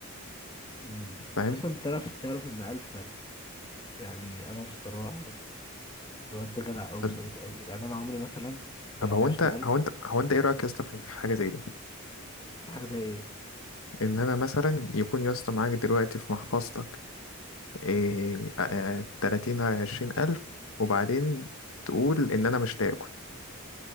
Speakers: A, on the left (about 20°); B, on the left (about 70°).
A: امم
B: فاهم
A: اصلا تعرف تعرف ان الفا يعني انا بصراحه الواد ده جدع قوي
B: طب
A: سالك قوي يعني انا عمري مثلا
B: طب
A: لما
B: هو انت
A: اشتغلت
B: هو انت هو انت ايه رأيك يا اسطى في حاجة زي دي
A: حاجه زي ايه
B: ان انا مثلا يكون يا اسطى معاك دلوقتي في محفظتك إيه آه، آه، تلاتين على عشرين ألف وبعدين تقول إن أنا مش تاكل